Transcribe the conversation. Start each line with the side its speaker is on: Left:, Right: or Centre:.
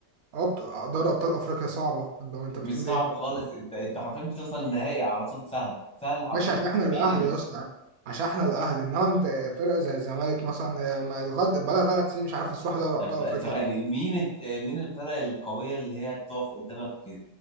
Right: أه، بط- دوري أبطال أفريقيا صعبة ده ما أنت
Centre: مش
Right: بتقول
Centre: صعبة
Right: إيه
Centre: خالص انت انت حرفيا بتوصل النهائي على طول سهل سهل حرفيا
Right: ماشي عشان احنا الاهلي
Centre: مين
Right: يا اسطى عشان احنا الاهلي انما انت فرقه زي الزمالك مثلا هي ما لغايه بقى لها ثلاث سنين مش عارفه تروح دوري ابطال
Centre: طب بقى
Right: افريقيا
Centre: ثواني مين الد- آه، مين الفرق القوية اللي هي بتقف قدامك في